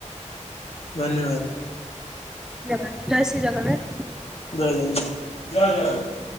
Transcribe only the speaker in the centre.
ଧନ୍ୟବାଦ୍‌ ଜୟ ଶ୍ରୀ ଜଗନ୍ନାଥ୍।